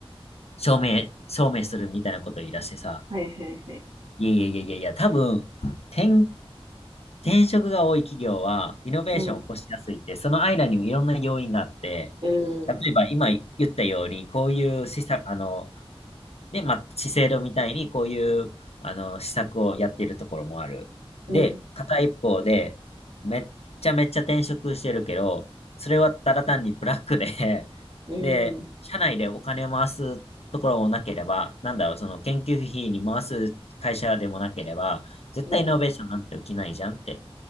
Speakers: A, on the left (about 80°); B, on the right (about 65°).
A: 証明、証明するみたいなこと言い出してさ、
B: はいはいはい。
A: いやいやいやいやいや、多分、転転職が多い企業は、イノベーションを起こしやすいって、
B: うん。
A: その間にもいろんな要因があって、
B: うん。
A: 例えば今言ったように、こういう施策、あの、ね、まあ、資生堂みたいにこういう、あの、施策をやっているところもある。
B: うん。
A: で、片一方で、めっちゃめっちゃ転職してるけど、それはただ単にブラックで
B: うん。
A: で、社内でお金を回すところもなければ、なんだろう、その研究費に回す会社でもなければ、絶対イノベーションなんて起きないじゃんって。
B: うん。